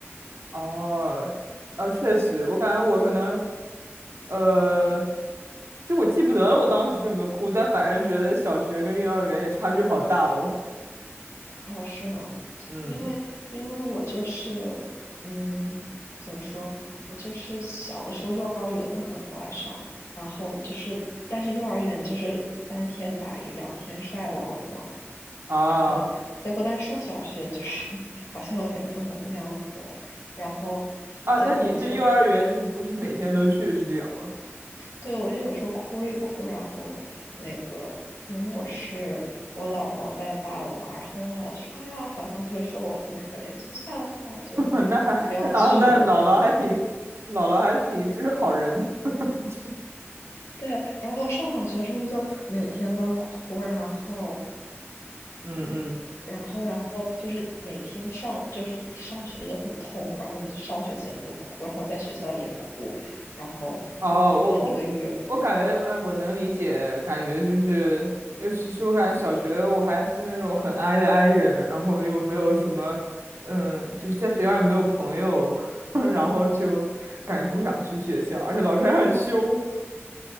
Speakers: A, on the right; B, on the left.
A: 哦，啊，确实，我感觉我可能，呃，就我记不得了，我当时有没有哭，但反正觉得小学跟幼儿园也差距好大哦。
B: 哦，是吗？
A: 嗯，
B: 因为因为我就是，嗯，怎么说？我就是小的时候幼儿园就很不爱上，然后就是，但是幼儿园就是三天打鱼两天晒网的嘛。
A: 啊
B: 然后结果，但是上小学就是 <laughs> 好像有点不能那样子了。然后
A: 啊，
B: 结果我就
A: 那你是幼儿园，就是不是每天都去，是这样吗？
B: 对，我就有时候哭一哭，然后那个，因为我是我姥姥带大的嘛，然后我姥姥说，哎呀，好像就是说我很可怜，就算了算了，就
A: <laughs> 那
B: 不要去了那样子。
A: 啊，那姥姥还挺，姥姥还挺是个好人的。<laughs>
B: 对，然后我上小学的时候就每天都哭，然后
A: 嗯
B: 然后然后就是每天上就是一上学就很痛苦，然后就上学前就哭，然后在学校也哭，然后就哭了一个月，
A: 哦，我我我感觉，嗯、我能理解，感觉就是，尤其是我感觉小学我还是那种很 i 的 i 人，然后又没有什么，
B: 嗯。
A: 嗯，就是在学校也没有朋友，<laughs> 然后就感觉不想去学校，而且老师还很凶。